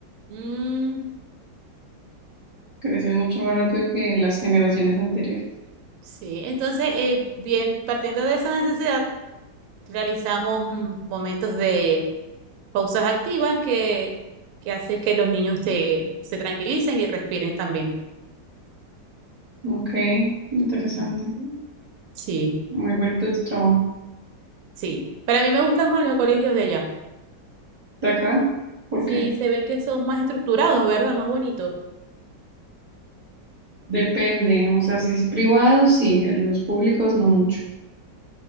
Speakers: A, on the right; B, on the right.
A: Mm,
B: Crecen mucho más rápido que las generaciones anteriores.
A: sí, entonces, eh, bien, partiendo de esa necesidad, realizamos mm, momentos de pausas activas que, que hacen que los niños te- se tranquilicen y respiren también.
B: Ok, interesante.
A: Ujú. Sí,
B: Muy bonito tu trabajo.
A: sí. Para mí me gustan más los colegios de allá.
B: ¿De acá? ¿Por
A: Sí,
B: qué?
A: se ven que son más estructurados, ¿verdad? Más bonitos.
B: Depende, o sea, si es privado, sí, en los públicos no mucho.